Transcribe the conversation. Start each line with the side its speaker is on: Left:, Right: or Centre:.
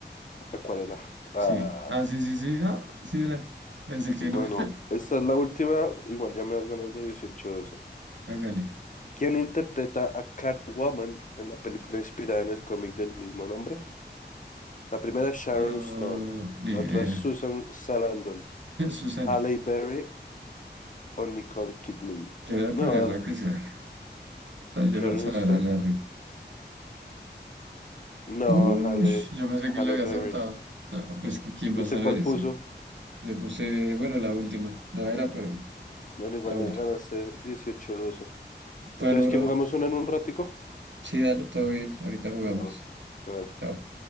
Left: acuarela. Ah,
Right: Sí. Ah, sí, sí, sí. Ah, sí era. Pensé que
Left: bueno,
Right: no. <laughs>
Left: esta es la última. Igual ya me vas ganando dieciocho doce
Right: Hágale.
Left: ¿Quién interpreta a Catwoman en la película inspirada en el cómic del mismo nombre? La primera es Sharon
Right: No,
Left: Stone.
Right: ni
Left: La
Right: idea.
Left: otra es Susan Sarandon.
Right: <laughs> Susana,
Left: Halle Berry o Nicole Kidman.
Right: yo voy a
Left: No,
Right: poner ponerla quizá. La llorosa
Left: Sharon
Right: a
Left: Stone.
Right: Larry.
Left: No,
Right: Uy,
Left: Halle,
Right: yo pensé
Left: Halle
Right: que le había
Left: Berry.
Right: acertado. No, pues que quién
Left: ¿Usted
Right: va a saber
Left: cuál
Right: eso.
Left: puso?
Right: Yo puse, bueno, la última. No era, pero
Left: Bueno, igual
Right: la
Left: me
Right: última.
Left: ganaste 18 doce
Right: Bueno,
Left: Entonces,
Right: bro.
Left: ¿qué jugamos una en un ratico?
Right: Sí, dale, todo bien. Ahorita jugamos.
Left: Bueno, bueno.
Right: Chao.